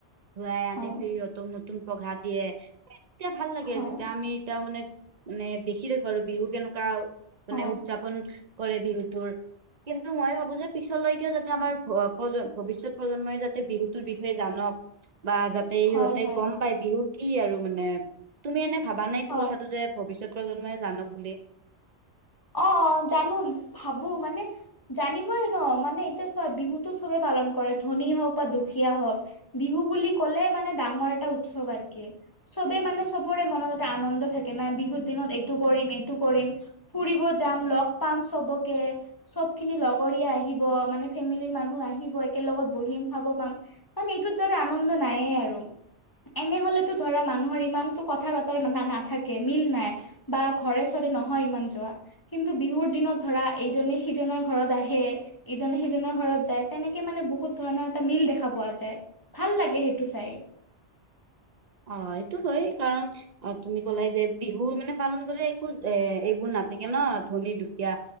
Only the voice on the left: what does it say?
হয়
হয়
হয়
হয়
হয়
হয়
অ, অ জানো ভাবো মানে জানিবই ন মানে, এতিয়া চোৱা বিহুতো চবেই পালন কৰে ধনী হওক বা দুখীয়া হওক, বিহু বুলি কলে মানে, ডাঙৰ এটা উৎসৱ আৰকে। চবে মানে চবৰে মনত এটা আনন্দ থাকে না। বিহুৰ দিনত এইটো কৰিম, এইটো কৰিম, ফুৰিব যাম, লগ পাম চবকে চব খিনি লগৰীয়া আহিব, মানে ফেমিলিৰ মানুহ আহিব একেল লগত বহিম খাব পাম। মানে এইটোত দৰে আনন্দ নাই আৰু। এনেহলেতো ধৰা মানুহৰ ইমানতো কথা বতৰা নাথাকে, মিল নাই। বা ঘৰে চৰে নহয় ইমান দৱা কিন্তু বিহুৰ দিনত ধৰা এইজনে সিজনৰ ঘৰত আহে। ইজনে সিজনৰ ঘৰত যায়, তেনেকে মানে বহুত ধৰণৰ এটা মিল দেখা পোৱা যায়। ভাল লাগে সেইটো চাই।